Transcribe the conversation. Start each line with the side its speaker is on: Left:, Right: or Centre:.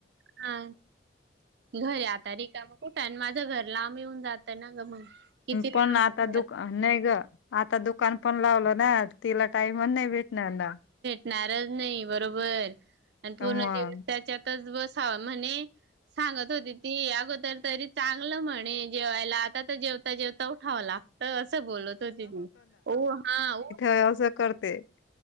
Right: हा घरी आता र काा मग कुठं आणि माझं घर लांब येऊन जातं ना ग मग. किती
Left: पण
Right: लांब
Left: आता दुका नाही ग आता दुकान पण लावलं ना. तिला टाइम नाही भेटणार ना.
Right: नारज नाही बरोबर आणि पूर्ण
Left: मग
Right: दिवसाच्यातच बस म्हणे. सांगत होते ती अग तर तरी चांगलं म्हणे जेवायला आता तर जेवता जेवता उठाव लागतं. कसं बोलत हो वो हा वो.
Left: अस करते.